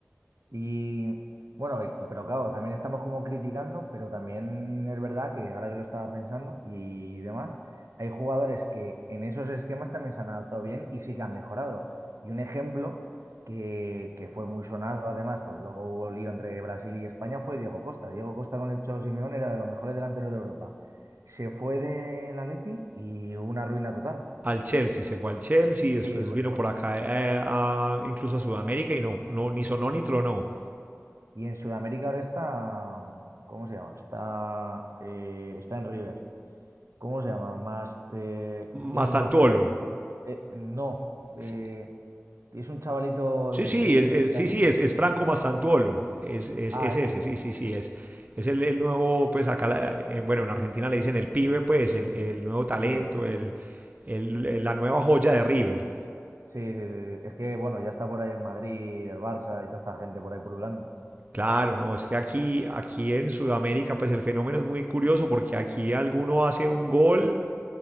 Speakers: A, on the right (about 85°); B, on the right (about 35°).
A: Y bueno, y- pero claro, también estamos como criticando, pero también es verdad que ahora que lo estaba pensando y demás, hay jugadores que en esos esquemas también se han adaptado bien y sí que han mejorado. Y un ejemplo que, que fue muy sonado además, porque luego hubo lío entre Brasil y España, fue Diego Costa. Diego Costa con el Cholo Simeone era de los mejores delanteros de Europa. Se fue del Atleti y hubo una ruina total.
B: al Chelsea, se fue al Chelsea, después
A: Sí, por
B: vino
A: eso.
B: por acá eh, a- incluso a Sudamérica y no, no, ni sonó ni tronó.
A: Y en Sudamérica ahora está, ¿cómo se llama? Está, eh, está en River. ¿Cómo se llama? Master. Tiene
B: Masantuolo,
A: un nombre. eh, no. eh,
B: Sí,
A: es un chavalito
B: sí,
A: de 16,
B: sí, es,
A: 17
B: es- sí,
A: años.
B: sí, es, es Franco Masantuolo, Es, es,
A: Ah,
B: es
A: es
B: ese,
A: ese.
B: sí, sí, sí, es. Es el, el nuevo, pues acá, la- eh, bueno, en Argentina le dicen el pibe, pues, el, el nuevo talento,
A: Sí,
B: el, el- el- la nueva joya de River.
A: sí, sí, sí. Es que, bueno, ya está por ahí el Madrid, el Barça y toda esta gente por ahí pululando.
B: Claro, no, es que aquí, aquí en Sudamérica, pues el fenómeno es muy curioso porque aquí alguno hace un gol